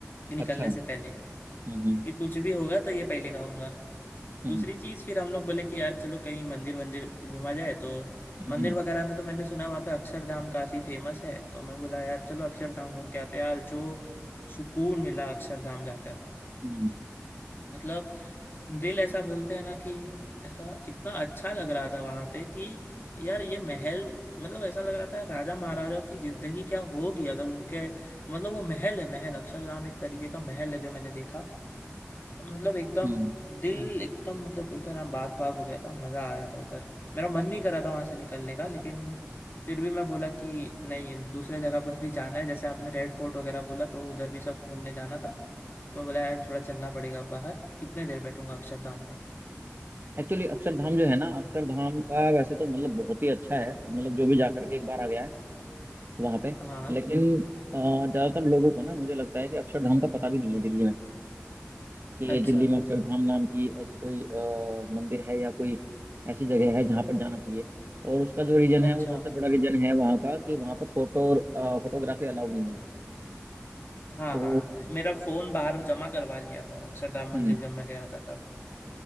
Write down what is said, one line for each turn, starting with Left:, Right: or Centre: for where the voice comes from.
Left: निकलने
Right: अच्छा
Left: से पहले
Right: हम्म
Left: कि कुछ भी होगा तो ये पहले कहूंगा
Right: हम्म
Left: दूसरी चीज फिर हम लोग बोले कि यार चलो कहीं मंदिर वंदिर घूमा जाए तो
Right: हम्म
Left: मंदिर
Right: हम्म
Left: वगैरह में तो मैंने सुना वहाँ पे अक्षरधाम काफी फेमस है तो मैं बोला यार चलो अक्षरधाम घूम के आते हैं। यार जो सुकून मिला अक्षरधाम जाकर
Right: हम्म
Left: मतलब दिल ऐसा बोलते हैं ना कि ऐसा इतना अच्छा लग रहा था वहां पे कि यार ये महल मतलब ऐसा लग रहा था राजा महाराजा की जिंदगी क्या होगी अगर उनके मतलब वो महल है महल अक्षरधाम एक तरीके का महल है जो मैंने देखा मतलब एकदम
Right: हम्म,
Left: दिल
Right: हम्म।
Left: एकदम मतलब बोलते हैं ना बाग बाग हो गया था मजा आया था उधर मेरा मन नहीं कर रहा था वहां से निकलने का लेकिन फिर भी मैं बोला कि नहीं दूसरे जगह पर भी जाना है जैसे आपने रेड फोर्ट वगैरह बोला तो उधर भी सब घूमने जाना था तो मैं बोला यार थोड़ा चलना पड़ेगा बाहर कितने देर बैठूंगा अक्षरधाम में
Right: एक्चुअली अक्षरधाम जो है ना अक्षरधाम का वैसे तो मतलब बहुत ही अच्छा है मतलब जो भी जा करके एक बार आ गया है वहां पे
Left: हाँ
Right: लेकिन अ, ज्यादातर लोगों को ना मुझे लगता है कि अक्षरधाम का पता भी नहीं है दिल्ली में कि
Left: अच्छा
Right: दिल्ली में अक्षरधाम नाम की ऐसी कोई अ, मंदिर है या कोई ऐसी जगह है जहाँ पर जाना चाहिए और उसका जो रीजन
Left: अच्छा
Right: है वो सबसे बड़ा रीजन है वहाँ का कि वहाँ पर फोटो फोटोग्राफी अलाउ नहीं है
Left: हाँ
Right: तो
Left: हाँ हाँ। मेरा फोन बाहर जमा करवा लिया था अक्षरधाम
Right: हम्म
Left: मंदिर जब मैं गया था तब